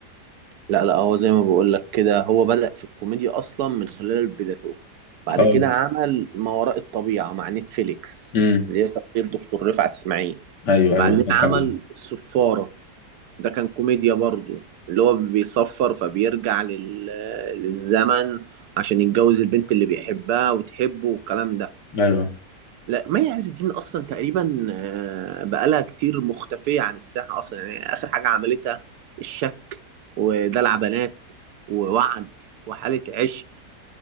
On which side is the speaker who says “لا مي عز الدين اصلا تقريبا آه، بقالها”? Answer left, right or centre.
Right